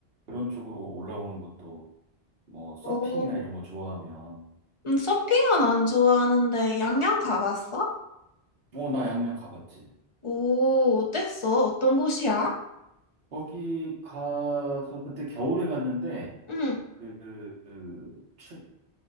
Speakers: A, on the right; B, on the left.
A: 그런 쪽으로 올라오는 것도 뭐, 서핑이나
B: 오,
A: 이런 거 좋아하면.
B: 음, 서핑은 안 좋아하는데 양양 가봤어?
A: 어, 나 양양 가봤지.
B: 오, 어땠어? 어떤 곳이야?
A: 거기 가서 그때 겨울에 갔는데,
B: 응,
A: 그, 그 추,